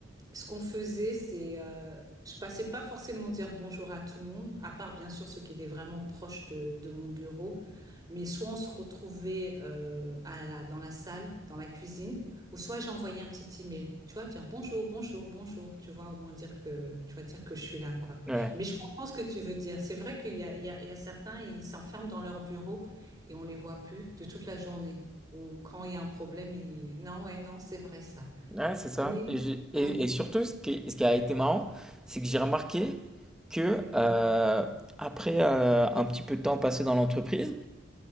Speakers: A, on the right (about 20°); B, in the centre.
A: Ce qu'on faisait, c'est, euh, je passais pas forcément dire bonjour à tout le monde, à part bien sûr ceux qui étaient vraiment proches de, de mon bureau. Mais soit on se retrouvait euh, à la- dans la salle, dans la cuisine, ou soit j'envoyais un petit email, tu vois, dire bonjour, bonjour, bonjour, tu vois, au moins dire que, tu vois, dire que je suis là, quoi.
B: Ouais,
A: Mais je comprends ce que tu veux dire. C'est vrai qu'il y a, il y a, il y a certains, ils s'enferment dans leur bureau et on les voit plus de toute la journée. Ou quand il y a un problème, ils... Non, ouais, non, c'est vrai ça.
B: ouais, c'est ça
A: Mais...
B: et j'ai et
A: Mm.
B: et surtout ce qui ce qui a été marrant, c'est que j'ai remarqué que, heu,
A: mm.
B: après, heu, un petit peu de temps passé dans l'entreprise,